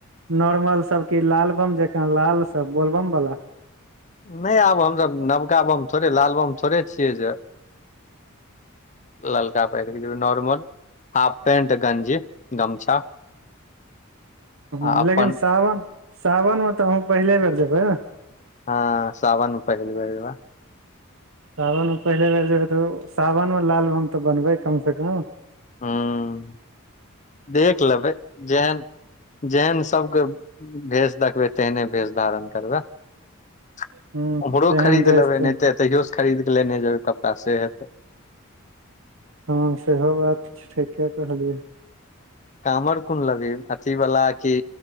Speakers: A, on the right (about 65°); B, on the left (about 35°).
A: नोर्मल सब की लालबम जकाँ लाल सब बोलबम वाला।
B: नहि आब हमसभ नवका बम थोड़े लाल बम थोड़े छियै जे ललका पहिर कऽ जैबे नॉर्मल। हाफ पेंट गंजी गमछा।
A: हू
B: आ अपन
A: लेकिन सावन <inaudible> सावनमे तऽ हम पहिले बेर जेबै
B: ह सावन मे पहली बेर जैबे।
A: सावनमे पहिले बेर जेबै तऽ सावनमे लालबम तऽ बनबै कमसँ कम।
B: हू <inaudible> देख लेबै जेहन जेहन सबके भेष देखबै तेहने भेष धारण करबै। <inaudible>
A: हूँ
B: ओम्हरो
A: जेहन
B: खरीद
A: देश
B: लेबै
A: छै
B: नहि तऽ एतैहियो से खरीद कऽ लेने जेबै कपड़ा से हेतै।
A: ह सेहो बात ठीके कहलियै।
B: कामर कोन लेबी अथी वाला की